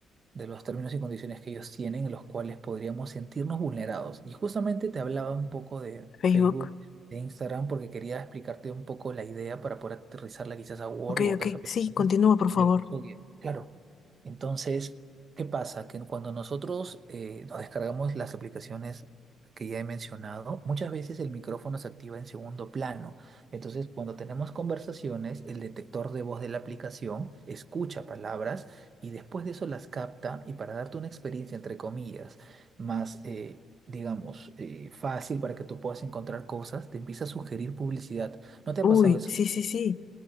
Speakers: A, on the right; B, on the left.
A: de los términos y condiciones que ellos tienen, en los cuales podríamos sentirnos vulnerados. Y justamente te hablaba un poco de
B: Facebook.
A: Facebook, de Instagram, porque quería explicarte un poco la idea para poder aterrizarla quizás a Word
B: Ok,
A: o otras
B: ok.
A: aplicaciones
B: Sí, continúa, por
A: de
B: favor.
A: uso diario Claro. Entonces, ¿qué pasa? Que cuando nosotros eh, nos descargamos las aplicaciones que ya he mencionado, muchas veces el micrófono se activa en segundo plano. Entonces, cuando tenemos conversaciones, el detector de voz de la aplicación escucha palabras y después de eso las capta y para darte una experiencia, entre comillas, más, eh, digamos, eh, fácil para que tú puedas encontrar cosas, te empieza a sugerir publicidad. ¿No te
B: Uy,
A: ha pasado eso?
B: sí, sí, sí.